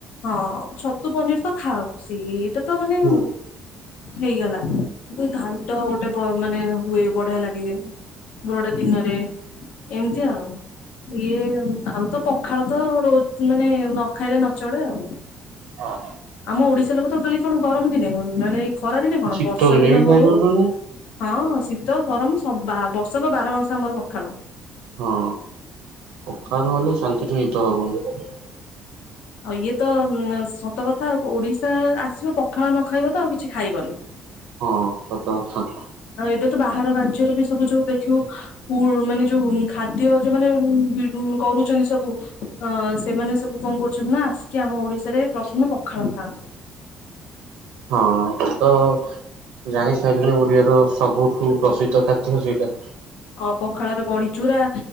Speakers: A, on the left; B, on the right.
A: ହଁ ଛତୁ ପନିର ତ ଖାଉ ସେଟା ତ ମାନେ
B: ହୁଁ
A: ହେଇଗଲା ଘାଣ୍ଟ ଗୋଟେ ମାନେ ହୁଏ, ବଢିଆ ଲାଗେ। ଗୋଟେ ଗୋଟେ ଦିନରେ ଏମିତି ଆଉ ଇଏ ଆଉ ତ ପ ଖାଳ ତ ର ମାନେ ନ ଖାଇଲେ ନଚଳେ ଆଉ।
B: ହଁ।
A: ଆମ ଓଡିଶା ଲୋକ ତ ଖାଲି କଣ ଗରମ ଦିନେ ନାହିଁ ନାଇଁ ଖରା ଦିନେ କଣ
B: ଶୀତ
A: ବର୍ଷା
B: ଦିନେ
A: ଦିନ
B: ବି ଖାଇ
A: ହଉ
B: ଦଉଛନ୍ତି।
A: ହଁ ଶୀତ ଗରମ ସ ବର୍ଷକ ବା ହଁ ସମସ୍ତ ଆମର ପଖାଳ।
B: ହଁ, ପଖାଳ ନହଲେ ଶାନ୍ତି କି ନିିଦ ହବନି।
A: ଆଉ ଇଏ ତ ସତ କଥା। ଓଡିଶା ଆସିବ ପଖାଳ ନ ଖାଇବ ତ ଆଉ କିଛି ଖାଇବନି।
B: ହଁ ସତ କଥା।
A: ଆଉ ଏବେ ତ ବାହ ରାଜ୍ୟରେ ବି ସବୁ ଯୋଉ ଦେଖିବୁ ମାନେ ଯୋଉ ଖାଦ୍ୟ ଯୋଉ ମାନେ ହୁଁ ହୁଁ। କରୁଛନ୍ତି ସବୁ ଅ ସେମାନେ ସବୁ କଣ କରୁ ନା ଆସିକି ଆମ ଓଡିଶାରେ ପ୍ରଥମେ ପଖାଳ ଖାଆ।
B: ହଁ ତ ଜାଣି ସାରିଲେ ଓଡିଆର ସବୁ ବହୁତ ପ୍ରସିଦ୍ଧ ଖାଦ୍ୟ ସେଇଟା
A: ହଁ ପଖାଳରେ ପଡିଚୁରା